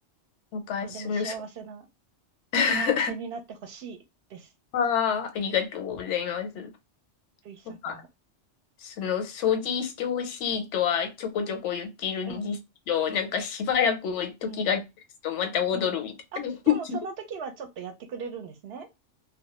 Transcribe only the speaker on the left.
なんか、
その、そ <laughs>
ああ、ありがとうございます。
なんかその掃除してほしいとはちょこちょこ言っているんですけど、
なんかしばらく時が経つとまた戻るみたいな。
<laughs>